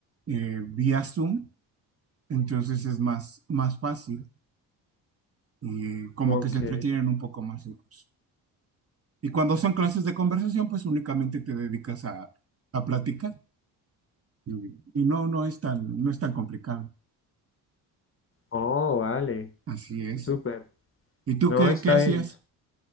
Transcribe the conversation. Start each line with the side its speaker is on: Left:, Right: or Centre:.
Right: eh, vía Zoom, entonces es más, más fácil y como
Left: Ok.
Right: que se entretienen un poco más ellos. Y cuando son clases de conversación, pues únicamente te dedicas a, a platicar. Y y no, no es tan, no es tan complicado.
Left: Oh, vale.
Right: Así es.
Left: Súper.
Right: ¿Y tú
Left: No,
Right: qué,
Left: está
Right: qué hacías?
Left: bien.